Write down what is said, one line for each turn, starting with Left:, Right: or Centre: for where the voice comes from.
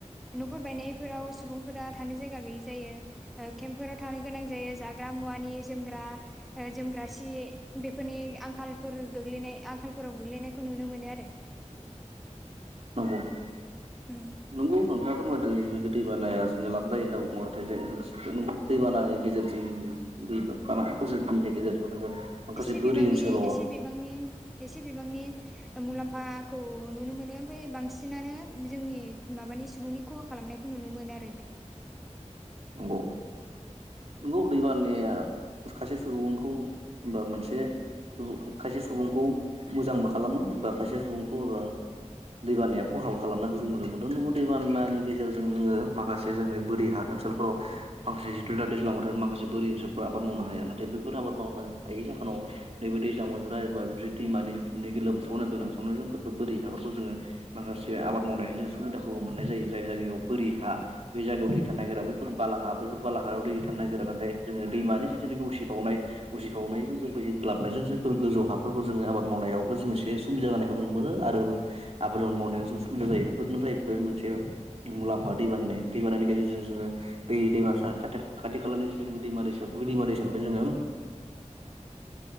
Centre: न'फोर बायनायफोराव सुबुंफोरा थानो जायगा गैयि जायो‌। ओ केम्पफोराव थांनो गोनां जायो जाग्रा मुवा नि जोमग्रा ओ जोमग्रा सि बेफोरनि आंखालफोर गोग्लैनाय आंखालफोराव गोग्लैनायखौ नुनो मोनो आरो‌।
Right: नंगौ
Centre: उम
Right: नंगौ नोंथाङा फोरमायदों जि दै बानायनाया जों लाब जायो होनना <unintelligible> नोंगौ दैबानानि गेजेरजों दै बानाफोरजों गेजेरजों नोङो माखासे
Centre: एसे बिबांनि
Right: बोरि ओनसोलाव
Centre: एसे बिबांनि एसे बिबांनि ओ मुलाम्फाखौ नुनो मोनो ओमफाय बांसिनानो जोंनि माबानि सुबुंनि खहा खालामनायखौ नुनो मोनात
Right: नंगौ नंगौ दैब बानाया खासे सुबुंखौ होनबा मोनसे खायसे सुबुंखौ मोजांबो खालामो एबा खायसे सुबुंखौ एबा दैबानाया खहाबो खालामनायखौ जों नुनो मोनदों नोंगौ दैबानानि गेजेरजों जोङो माखासे जे जोंनि बोरि हा ओनसोलफोराव माखासे जिथु दा दैज्लांबोथोर माखासे बोरि ओनसोलफोराव आबाद मावनो हाया नाथाय बैफोर आबाद मावनो हायि जाहोनाव नैबे दैज्ला बोथोरा एबा जुदि दैमानि जदि लोमसावनाय बे लोमसावनाय जों <unintelligible> बोरि हाफोरखौ जोङो माखासे आबाद मावनायनि जों सुबिदाखौ मोननाय जायो जाय जायगायाव बोरि
Centre: औ
Right: हा बे जायगायाव दै थानो नागिरा बैफोर बालाहा बैफोर बालाहारायाव दै थानो नागिरा नाथाय जोङो दैमानि जितु उसिफावनाय उजिफावनायजों जों बोहैग्लाबनायजों जायफोर गोजौ हाफोरखौ जोङो आबाद मावनायावबो जों एसे सु सुबिदा जानायखौ नुनो मोनो आरो। आबाद मावनायाव जों सुबिदा जायो बेफोरनो जाहैबाय मोनसे मुलाम्फा दै बाननाय दैबाननि गेजेरजों जोङो बे दैमा सा खा खाथि खालानि जिथुनिखि दैमा दैसा बे दैमा दैसानिफ्राय जोङो
Centre: <unintelligible>